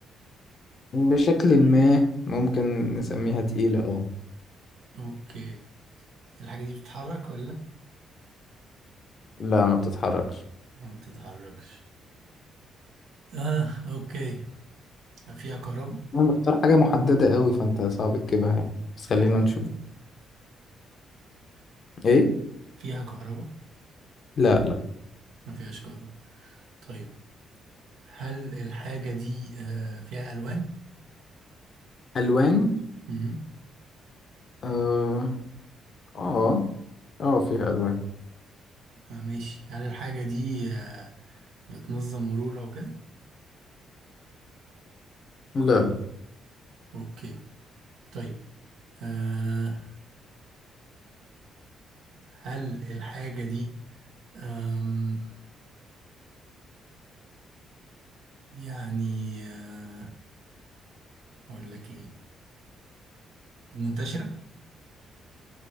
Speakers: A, on the left (about 50°); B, on the right (about 75°).
A: بشكل ما ممكن نسميها تقيلة اه
B: اوكي الحاجة دي بتتحرك ولا؟
A: لا ما بتتحركش
B: ما بتتحركش اه اوكي ما فيها كهرباء
A: أنا بختار حاجة محددة قوي فأنت صعب تجيبها يعني بس خلينا
B: فيها كهرباء
A: نشوف إيه
B: فيها كهرباء
A: لا لا
B: ما فيهاش كهرباء طيب هل الحاجة دي آه، فيها ألوان؟
A: ألوان
B: امم
A: آه آه آه، فيها ألوان
B: آه، ماشي هل الحاجة دي آه، بتنظم مرور أو كده؟
A: لا لا
B: أوكي طيب آه، هل الحاجة دي آم، يعني آه، أقول لك إيه منتشرة؟